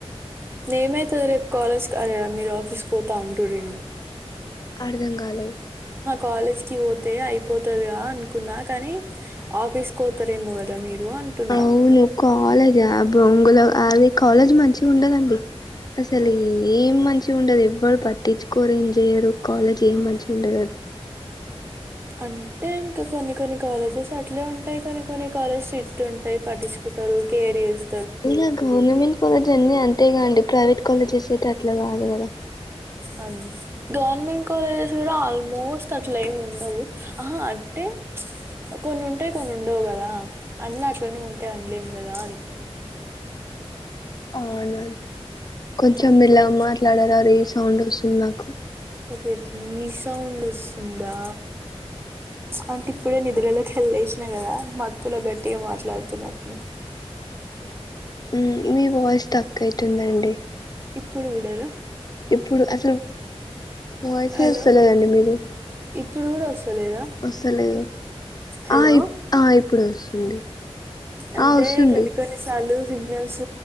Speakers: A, on the right; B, on the left.
A: ఏమైతది రేపు కాలేజ్కి అర మీరు ఆఫీస్కి పోతా అంటుర్రేమొ
B: అర్థం కాలేదు.
A: కాలేజ్కి పోతే అయిపోతదిగా అనుకున్నా కానీ ఆఫీస్కి పోతారేమో కదా మీరు అంటున్నా.
B: అవును కాలేజా బొంగ్. గదో అది కాలేజ్ మంచి ఉండదండి అసలు ఏం మంచి ఉండదు ఎవ్వడు పట్ పట్టించుకోరు ఏం చేయ్యరు కాలేజ్ ఏం మంచిగుండదది
A: అంటే ఇంకా కొన్ని కొన్ని కాలేజెస్ అట్లే ఉంటాయి కొన్ని కొన్ని కాలేజెస్ స్ట్రిట్ ఉంటాయి పటించుకు టారు కేరీస్
B: ఇక గవర్నమెంట్ కాలేజ్ అన్నీ అంతేగా అండి ప్రైవేట్ కాలేజెస్ అయితే అట్లా కాదు కదా
A: అమ్ గవర్నమెంట్ కాలజెస్ కూడా ఆల్మోస్ట్ అట్ల ఏం ఉండవు అంటే కొన్ని ప్చ్ ఉంటాయి కొన్ని ఉండవు కదా అన్న అట్లనే ఉంటాయి అన్లేం కదా అని
B: అవున అది కొంచెం
A: అట్లా
B: మెల్ల మాట్లాడార రీ సౌండ్ వస్తుంది నాకు
A: ఓకే రీ సౌండ్ వస్తుందా అంటే ఇప్పుడే నిదురలకెళ్ళి లేసిన కదా మత్తుల గట్టిగా మాట్లాడుతున్నట్టున
B: ఊ మీ వాయిస్ తక్ ఐతుందండి
A: ఇప్పుడు కూడా నా
B: ఇప్పుడు అసలు వాయిస్
A: హలో
B: ఏ వసలేదండి మీది
A: ఇప్పుడు కూడా వస్తలేదా
B: వసలేదు
A: హలో
B: ఆ ఇప్ ఆ ఇప్పుడు వస్తుంది
A: అంటే
B: ఆ వస్తుంది
A: కొన్ని కొన్నిసార్లు సిగ్నల్స్